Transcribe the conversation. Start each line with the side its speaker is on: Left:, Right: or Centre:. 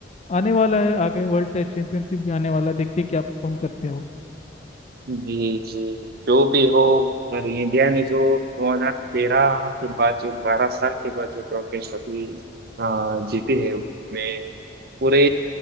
Left: आने वाला है आगे वर्ल्ड टेस्ट चैंपियनशिप भी आने वाला है देखते हैं क्या परफॉर्म करते हो
Right: जी जी, जो भी हो पर इंडिया ने जो 2013 के बाद जो 12 साल के बाद जो ट्रॉफी ट्रॉफी जीती है उसमें पूरे